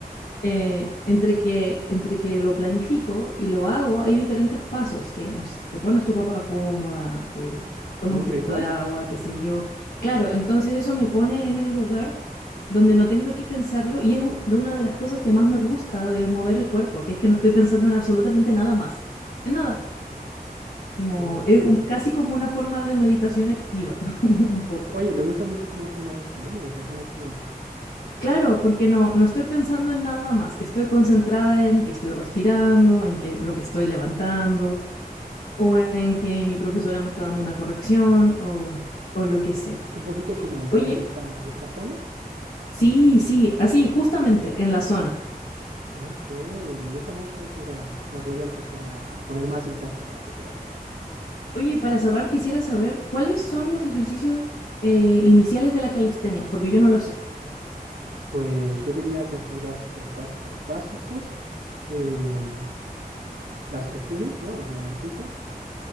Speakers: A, on the left (about 75°); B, on the right (about 85°).
A: eh, entre, que, entre que lo planifico y lo hago, hay diferentes pasos, que no te pones tu ropa cómoda, te tomas
B: ¿Como
A: un
B: un
A: poquito
B: ritual?
A: de agua, qué sé yo. Claro, entonces eso me pone en el lugar donde no tengo que pensarlo y es una de las cosas que más me gusta de mover el cuerpo, que es que no estoy pensando en absolutamente nada más, en nada. Como,
B: Oh,
A: es
B: Ok.
A: un- casi como una forma de meditación activa, <laughs> un poco.
B: Oye, me gusta mucho cómo suena eso, ¿eh? Meditación activa.
A: Claro, porque no, no estoy pensando en nada más. Estoy concentrada en que estoy respirando, en que lo que estoy levantando, o en que mi profesora me está dando una corrección, o, o lo que sea.
B: Un poquito como entrar
A: Oye,
B: en esta, en esta zona.
A: sí, sí, así, justamente, en la zona.
B: Ok, me gusta mucho esa idea. La voy a empezar a, a poner más en práctica, yo creo.
A: Oye, para cerrar quisiera saber cuáles son los ejercicios eh, iniciales de la calistenia, porque yo no lo sé.
B: Pues yo diría que así básicos, básicos, básicos. em, las flexiones, ¿no? Las lagartijas,